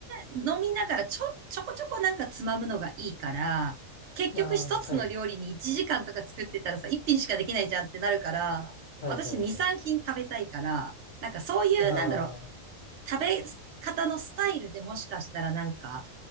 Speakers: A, on the right; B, on the left.
A: 飲みながらちょ、ちょこちょこなんかつまむのがいいから、結局一つの料理に1時間とか作ってたらさ、
B: い。ああ、はい。
A: 一品しかできないじゃんってなるから、
B: はいはいは
A: 私2、3品食べたいから、なんかそういう、
B: い。あ
A: なんだろう、食べ方のスタイルでもしかしたらなんか、